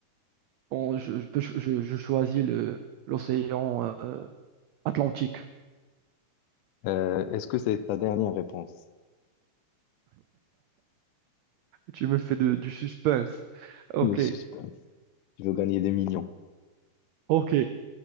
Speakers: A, on the right; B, on the left.
A: bon, je, je, peux cho- je- je choisis le l'océan euh, Atlantique.
B: Euh, est-ce que c'est ta dernière réponse?
A: Tu me fais de- du suspense. Ok,
B: Le suspense. Tu veux gagner des millions.
A: ok.